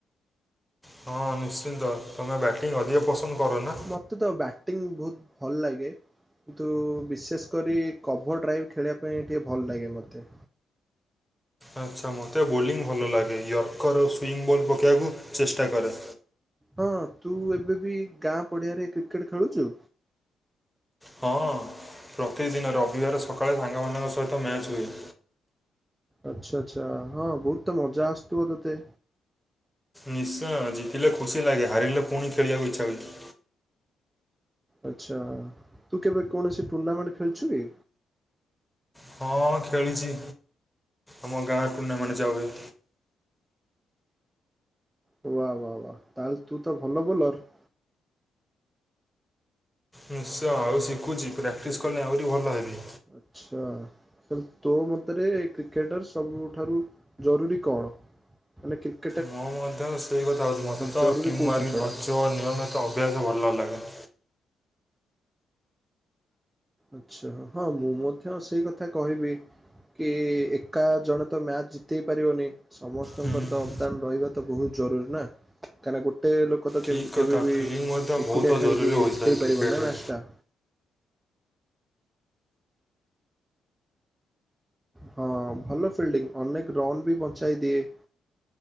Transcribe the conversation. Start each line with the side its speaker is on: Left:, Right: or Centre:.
Centre: ହଁ ହଁ ନିଶ୍ଚିନ୍ତ ତମେ ବ୍ୟାଟିଂ ଅଧିକ ପସନ୍ଦ କର ନା?
Right: ମତେ ତ ବ୍ୟା ଟିଙ୍ଗି ବହୁତ ଭଲ ଲାଗେ। କିନ୍ତୁ ବିଶେଷ କରି କଭର୍ ଡ୍ରାଇଭ୍ ଖେଳିବା ପାଇଁ ଟିକେ ଭଲ ଲାଗେ ମତେ।
Centre: ଆଚ୍ଛା ମତେ ବୋଲିଂ ଭଲ ଲାଗେ ୟର୍କର ସୁଇଙ୍ଗ ବୋଲ୍ ପକେଇବାକୁ ଚେଷ୍ଟା କରେ
Right: ହଁ ତୁ ଏବେ ବି ଗାଁ ପଡିଆରେ କ୍ରିକେଟ ଖେଳୁଚୁ?
Centre: ହଁ ପ୍ରତିଦିନ ରବିବାର ସକାଳେ ସାଙ୍କମାନଙ୍କ ସହିତ ମ୍ୟାଚ୍ ହୁଏ।
Right: ଆଚ୍ଛା ଆଚ୍ଛା ହଁ ବହୁତ ତ ମଜା ଆସୁ ଥିବ ତତେ।
Centre: ନିଶ୍ଚୟ ଜିତିିଲେ ଖୁସି ଲାଗେ ହାରିଲେ ପୁଣି ଖେଳିବାକୁ ଇଚ୍ଛା ହଉଚି।
Right: ଆଚ୍ଛା ତୁ କେବେ କୌଣସି ଟୁର୍ଣ୍ଣାମେଣ୍ଟ ଖେଳିଚୁ କି?
Centre: ହଁ ଖେଳିଚି ଆମ ଗାଁ ଟୁର୍ଣ୍ଣାମେଣ୍ଟ ଯାହୁଏ।
Right: ୱା ୱା ୱା ତାହେଲେ ତୁ ତ ଭଲ ବୋଲର!
Centre: ନିଶ୍ଚୟ ଆଉ ଶିଖୁଛି ପ୍ରାକ୍ଟିସ୍ କଲେ ଆହୁରି ଭଲ ହେବି।
Right: ଆଛା। ତେଣୁ ତୋ ମତରେ କ୍ରିକେଟର ସବୁଠାରୁ ଜରୁରୀ କଣ ମାନେ କ୍ରି
Centre: ମୁଁ ମଧ୍ୟ ସେଇ କଥା ହେଉଚି ମତେ ତ
Right: ଜରୁରୀ
Centre: ଟିମ୍ୱ
Right: କୋଉ
Centre: ୱାର୍କ
Right: ଜିନିଷଟା?
Centre: ଧୈର୍ଯ୍ୟ ନିୟମିତ ଅଭ୍ୟାସ ଭଲ ଲାଗେ।
Right: ଆଚ୍ଛା ହଁ ମୁଁ ମଧ୍ୟ ସେଇ କଥା କହିବି। କି ଏକା ଜଣେ ତ ମ୍ୟାଚ ଜିତେଇ ପାରିବନି। ସମସ୍ତଙ୍କର
Centre: ହୁଁ
Right: ତ ଅବଦାନ ରହିବା ତ ବହୁତ ଜରୁରୀ ନା କାହିଁକିନା ଗୋ ଗୋଟେ ଲୋକ ତ କେମତି
Centre: ଠିକ୍ କଥା
Right: କେବେ ବିି
Centre: ଫିଲ୍ଡିଂ ମଧ୍ୟ
Right: ଏକୁଟିଆ
Centre: ବହୁତ
Right: ଖେଳିକି
Centre: ଜରୁରୀ ହୋଇଥାଏ
Right: ଜିତେଇ ପାରିବନି
Centre: କ୍ରିକେଟରେ
Right: ନା ମ୍ୟାଚ ଟା ହଁ ଭଲ ଫିଲ୍ଡିଂ ଅନେକ ରନ୍ ବି ବଞ୍ଚାଇ ଦିଏ।